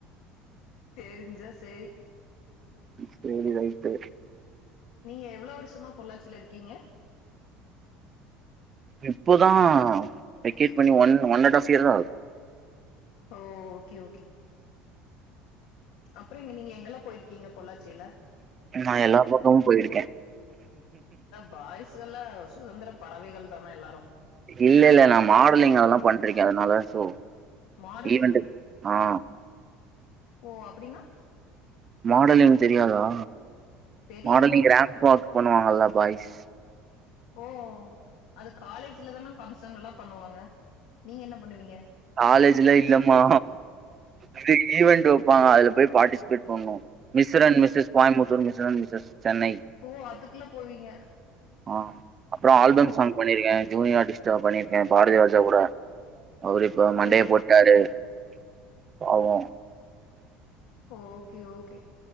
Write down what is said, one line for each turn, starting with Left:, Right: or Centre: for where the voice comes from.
Left: தெரிஞ்சா சேரி
Right: சேரி ரைட்டு
Left: நீங்க எவ்ளோ வருஷமா பொள்ளாச்சியில இருக்கீங்க
Right: இப்போதா வெக்கேட் பண்ணி one one and half year தான் ஆகுது
Left: ஓ ஓகே ஓகே அப்றோ இங்க நீங்க எங்கெல்லா போயிருக்கீங்க பொள்ளாச்சியில
Right: நா எல்லா பக்கமு போயிருக்கே
Left: பாய்ஸ்கள்ல சுதந்திர பறவைகள் தான எல்லாரு
Right: இல்ல இல்ல நா மாடலிங் அதல்லா பண்ணிட்டுருக்கேன் அதனால சோ
Left: மாடலிங்
Right: ஈவென்ட் ஆ
Left: ஓ அப்டின்னா
Right: மாடலிங் தெரியாதா
Left: தெரியு
Right: மாடலிங் ரேம்பு வாக் பண்ணுவாங்கல்லா பாய்ஸ்
Left: ஓ அது காலேஜ்லதானா ஃபங்க்ஷன் எல்லா பண்ணுவாங்க நீங்க என்ன பண்ணுவீங்க
Right: காலேஜ்ல இல்லமா இது ஈய்வென்ட் வைப்பாங்க அதுல போயி பார்டிசிபேட் பண்ணுவோ mister and Mrs Coimbatore mister and Mrs Chennai
Left: ஓ அதுக்குள்ள போவீங்க
Right: ஆ அப்றோ ஆல்பம்
Left: ஓ
Right: சாங் பண்ணிருக்கே ஜூனியர் ஆர்டிஸ்டா பண்ணியிருக்கே பாரதிவாஜா கூட அவரு இப்போ மண்டய
Left: ஓ
Right: போட்டாரு பாவோ
Left: ஓகே ஓகே